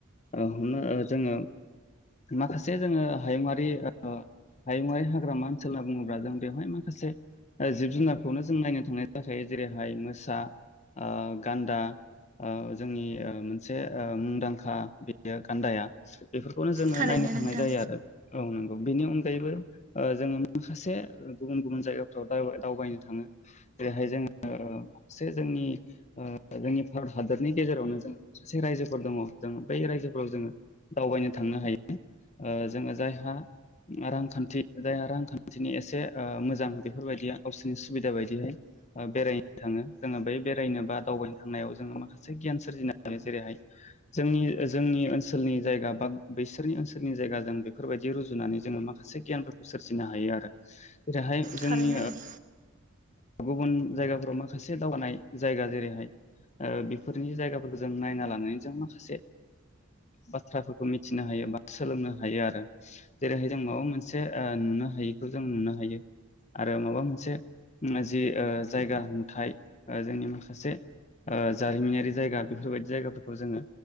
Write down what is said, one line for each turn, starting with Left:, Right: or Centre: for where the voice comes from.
Left: हमनो जोङो माखासे जोङो हायुङारि हायुंङारि हाग्रामा ओनसोल होनना बुङोब्ला जों बेवहाय माखासे जिब जुनारखौनो जों नायनो थांनाय जाखायो जेरैहाय मोसा गान्दा जोंनि मोनसे मुंदांखा बेयो गान्दाया बेफोरखौनो जोङो
Right: थारैनो
Left: नायनो थांनाय
Right: नोंथां
Left: जायो आरो औ नों बेनि अन गैबो जोङो माखासे गुबुन गुबुन जायगाफ्राव दावबायनो थाङो जेरैहाय जोङो मसे जोंनि जोंनि भारत हादरनि गेजेरावनो जों माखासे रायजोफोर दङ जों बै रायजोफोराव जोङो दावबायनो थांनो हायो जोङो जायहा रांखान्थि जायहा रांखान्थिनि एसे मोजां बेफोरबायदिया गावसोरनि सुबिदा बायदिहाय बेरायनो थाङो जोङो बै बेरायनो बा दावबायनो थांनायाव जोङो माखासे गियान सोरजिनो हायो जेरैहाय जोंनि जोंनि ओनसोलनि जायगा बा बैसोरनि ओनसोलनि जायगा जों बेफोरबायदि रुजुनानै जोङो माखासे गियानफोरखौ सोरजिनो हायो आरो जेरैहाय
Right: थारैनो
Left: जोंनि
Right: नों
Left: गुबुन जायगाफोराव माखासे दावगानाय जायगा जेरैहाय बेफोरनि जायगाफोरखौ जों नायना लानानै जों माखासे बाथ्राफोरखौ मिथिनो हायो बा सोलोंनो हायो आरो जेरैहाय जों माबा मोनसे नुनो हायिखौ जों नुनो हायो। आरो माबा मोनसे जि ओ जायगा नुथाय जोंनि माखासे ओ जारिमिनारि जायगा बेफोरबायदि जायगाफोरखौ जोङो